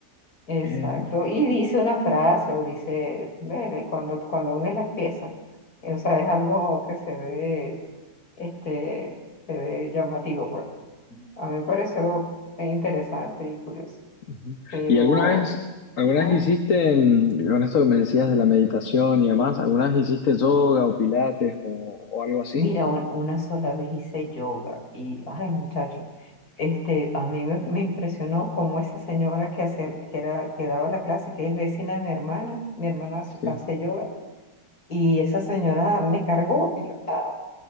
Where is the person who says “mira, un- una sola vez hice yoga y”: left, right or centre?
Left